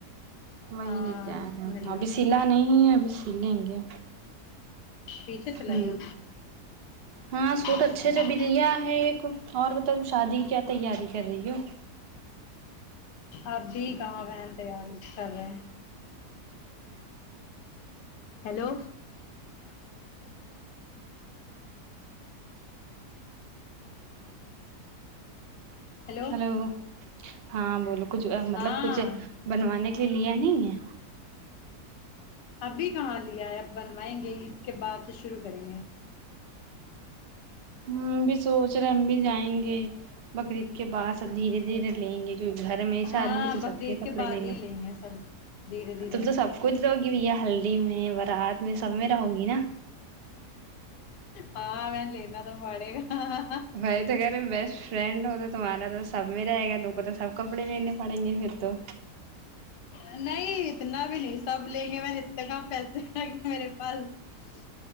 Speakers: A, on the right; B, on the left.
A: وہیں
B: ہاں
A: لے کے ایا تھا
B: مل
A: ابھی
B: رہا
A: سلا نہیں ہے ابھی سیلیں گے
B: پیچھے چلا
A: ہ
B: گیا
A: ہاں سوٹ
B: اچھا
A: اچھے سےبھی لیا ہے ایک اور تم شادی کی کیا تیاری کر رہی ہو
B: اپ بھی کہا بہن تیار کر رہے ہیں ہیلو ہیلو
A: ہلو ہاں بولو مطلب
B: ہاں
A: کچھ بنوانے چلیا نہیں ہے
B: ابھی کہاں لیا ہے بنوائیں گے عید کے بعد سے شروع کریں گے
A: ابھی سوچ رہے ہیں ابھی جائیں گے بکری کہ بس دھیرے دھیرے گھر میں شادی
B: ہاں
A: تو سب
B: بقرعید
A: کے کپڑے
B: بعد
A: لینے
B: ہی لیں گے سب دھیرے دھیرے
A: تم تو سب کچھ لوگ یہ ہلکی میں ورات میں سب میں رہوں گی نا
B: ہاں میں لینا تو پڑے گا
A: میں تو کہہ رہے ہیں بیسٹ فرینڈ ہو تو تمہارا تو سب میں ہے گ دوک تو سب کپڑے لینے پڑیں گے پھر تو
B: نہیں اتنا بھی نہیں سب لیں گے میں نے اتنے کام پیسے لگیں میرے پاس